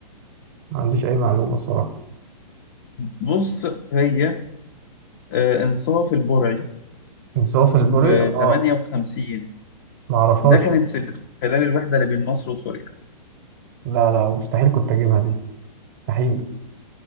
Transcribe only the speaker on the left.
بص هي آه، إنصاف البرعي
في
58
ده كانت في ال- خلال الوحدة اللي بين مصر وسوريا